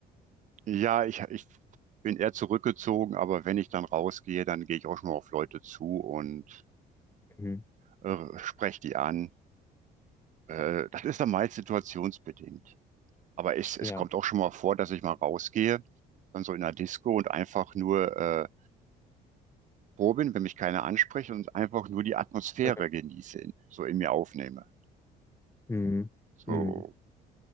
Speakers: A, on the right; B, on the left.
A: Ja, ich, ich bin eher zurückgezogen, aber wenn ich dann rausgehe, dann gehe ich auch schon mal auf Leute zu und
B: Mhm.
A: äh, spreche die an. Äh,
B: klar.
A: das ist dann meist situationsbedingt. Aber es, es
B: Ja.
A: kommt auch schon mal vor, dass ich mal rausgehe, dann so in einer Disco und einfach nur äh, froh bin, wenn mich keiner anspricht und einfach nur die Atmosphäre
B: Mhm.
A: genieße, in, so in mir aufnehme.
B: Mhm.
A: So
B: Mhm.